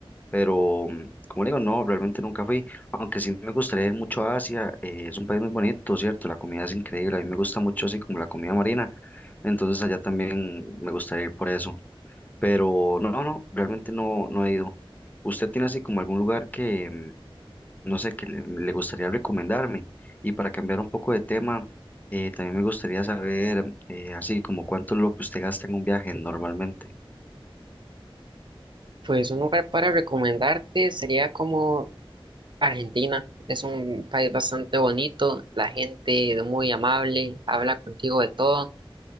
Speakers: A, on the left (about 15°); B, on the right (about 55°).
A: pero mm, como le digo, no, realmente nunca fui, aunque sí me gustaría ir mucho a Asia, eh, es un país muy bonito, ¿cierto? La comida es increíble, a mí me gusta mucho así como la comida marina, entonces allá también me gustaría ir por eso, pero no, no, realmente no, no he ido. ¿Usted tiene así como algún lugar que, mm, no sé, que le, le gustaría recomendarme? Y para cambiar un poco de tema, eh, también me gustaría saber, eh, así como cuánto es lo que usted gasta en un viaje normalmente.
B: Pues un lugar para recomendarte sería como Argentina. Es un país bastante bonito, la gente es muy amable, habla contigo de todo